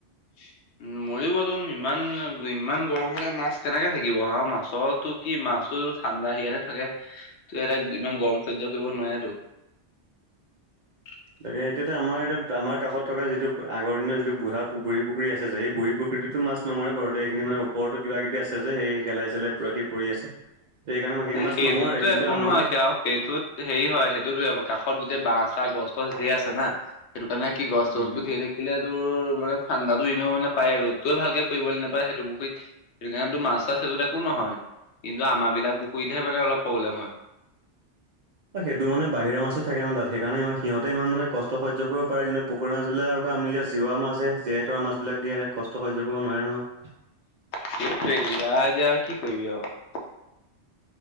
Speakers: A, on the left; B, on the right.
A: <inaudible> উ মৰিব তোন ইমান ইমান গৰম হ'লে মাছ কেনেকে থাকিব আৰু মাছতো কি মা মাছেতো ঠাণ্ডা সেৰিয়াতে থাকে ত ইয়াতে ইমান গৰম সহ্য কৰিব নোৱাৰে তো। <unintelligible>
B: তাক এতিয়াতো আমাৰ এতিয়া আমাৰ কাষত থকা যিটো আগৰ দিনৰ যিটো বুঢ়া বুঢ়ী পুখুৰী আছে যে এই বুঢ়ী পুখুৰী সেইটোততো মাছ নমৰে বাৰু দেই এইখিনি মানে ওপৰতো কিবা কিবি আছে যে সেলাই চেলাই চেলাই পুৰাকে পৰি আছে। সেইকাৰণে সেইখিনি
A: এই
B: মাছ
A: সেইটোতো
B: নমৰে কিন্তু
A: একো
B: আমাৰ
A: নহয় সেয়াও সেইটোত হেৰি হয় সেইটোত। কাষত গোটেই বাঁহ চাহ গছ তছ ঢেৰ আছে না সেইটো কাৰণে কি গছ তছ
B: উম
A: বোৰ ঢেৰ থাকিলে তোৰ মানে ঠাণ্ডাতো এনেও মানে পাই ৰ'দটোৱে ভালকে পৰিবলৈ নাপাই সেইটো পুখুৰীত সেই কাৰণে তো মাছ চাছ সেইটোত একো নহয়। হয় কিন্তু আমাৰ বিলাক পুখুৰীতহে মানে অলপ প্ৰব্লেম হয়।
B: এ সেইটো মানে বাহিৰা মাছোঁ থাকে ন তাত সেইকাৰণে ইমান সিহঁতে ইমান মানে কষ্ট সহ্য কৰিব পাৰে কিন্তু পুখুৰী মাছবিলাক। আমি এতিয়া চীৱা মাছ হে জীৱাই থোৱা মাছবিলাকে কষ্ট সহ্য কৰিব নোৱাৰে নহয়।
A: সেইটোৱে আহ এতিয়া কি কৰিবি আৰু।